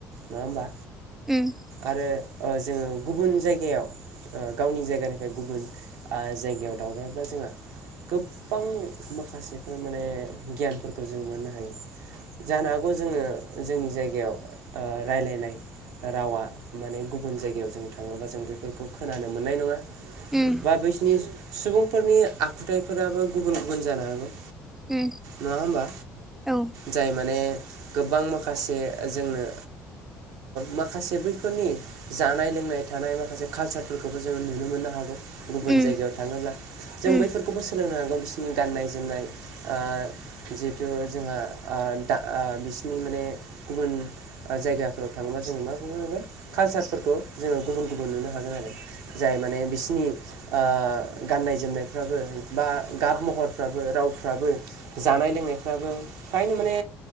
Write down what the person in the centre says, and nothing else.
उम।
उम
उम
औ
उम
उम
उम